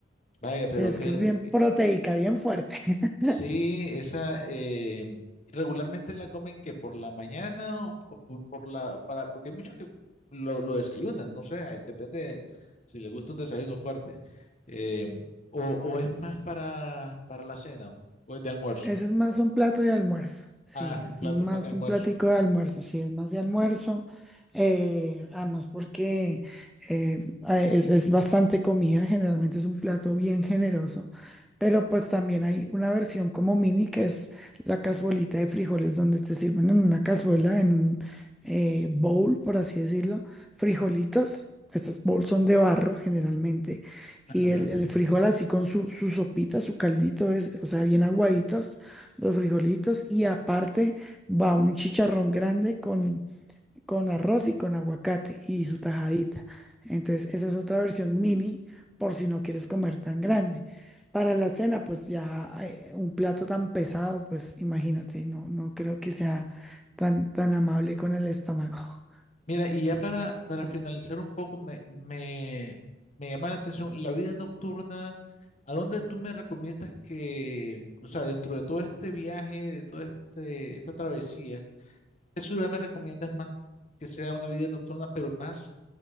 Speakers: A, on the left; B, in the centre.
A: Vaya,
B: sí,
A: pero
B: es
A: qué,
B: que es
A: rico.
B: bien proteica, bien fuerte. <laughs>
A: Sí, esa eh, regularmente la comen que por la mañana o o por, por la para porque hay muchos que lo, lo desayunan, no sé, ahí depende si les gusta un desayuno fuerte eh, o, o es más para para la cena o es de almuerzo.
B: Ese es más un plato de almuerzo, sí,
A: Ah, es un
B: es
A: plato
B: más
A: más de almuerzo.
B: un platico de almuerzo, sí, es más de almuerzo. eh, además porque eh, ah, es, es bastante comida, generalmente es un plato bien generoso, pero pues también hay una versión como mini que es la cazuelita de frijoles donde te sirven en una cazuela, en un eh, bowl, por así decirlo, frijolitos. Estos bowls son de barro generalmente y
A: Ajá.
B: el, el frijol así con su, su sopita, su caldito, es, o sea, bien aguaditos los frijolitos. Y aparte va un chicharrón grande con, con arroz y con aguacate y su tajadita. Entonces, esa es otra versión mini por si no quieres comer tan grande. Para la cena, pues ya eh, un plato tan pesado, pues imagínate, no, no creo que sea tan, tan amable con el estómago.
A: Mira, y ya para, para finalizar un poco, me, me, me llama la atención la vida nocturna. ¿A dónde tú me recomiendas que, o sea, dentro de todo este viaje, de toda este, esta travesía, qué ciudad me recomiendas más que sea una vida nocturna, pero más